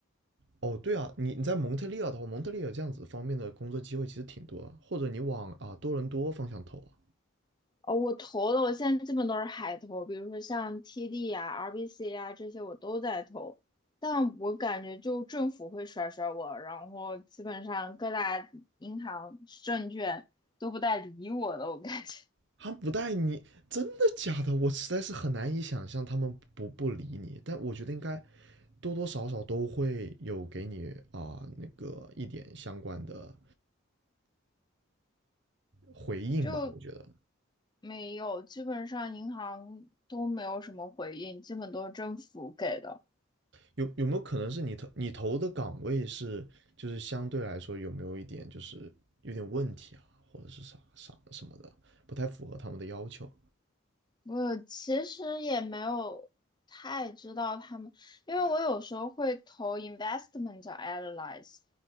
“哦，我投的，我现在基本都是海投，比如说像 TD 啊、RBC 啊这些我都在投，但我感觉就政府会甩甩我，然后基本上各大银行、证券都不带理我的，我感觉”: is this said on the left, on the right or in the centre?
Left